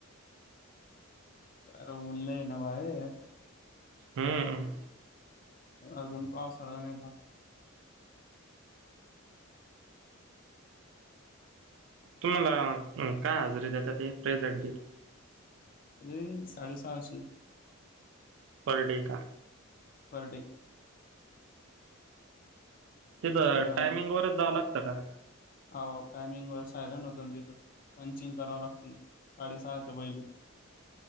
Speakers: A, on the left; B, on the right.
A: अर मुनलं आहे ना बाहेर
B: हम्म.
A: अजून पावसाळा नाही ना?
B: तुम्हाला काय हजरी देतात ते प्रेझेंटीत?
A: ए साडे सहाशे.
B: पर डे का.
A: Per day.
B: तिथं
A: पर डे
B: टायमिंग वरच जावं लागतं का?
A: हाव टायमिंग वर सायरन होतो ना तिथं पंचिंग कराव लागते साडेसहाच्या पहिले.